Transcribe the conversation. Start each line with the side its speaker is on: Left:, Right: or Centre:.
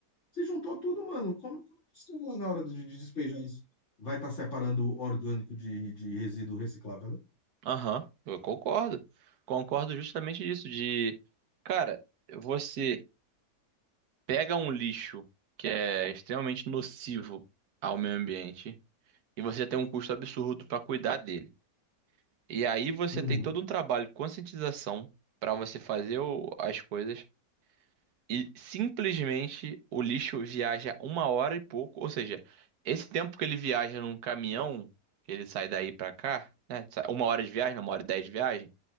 Left: se juntou tudo, mano, como, como que você vai na hora de, de despejar isso? Vai estar separando orgânico de, de resíduo reciclável, né?
Right: aham. Eu concordo. Concordo justamente disso, de, cara, você pega um lixo que é extremamente nocivo ao meio ambiente e você tem um custo absurdo para cuidar dele. E aí você
Left: Uhum.
Right: tem todo um trabalho de conscientização para você fazer o- as coisas. E simplesmente o lixo viaja uma hora e pouco. Ou seja, esse tempo que ele viaja num caminhão, que ele sai daí pra cá, né? sai- Uma hora de viagem, não, uma hora e dez de viagem.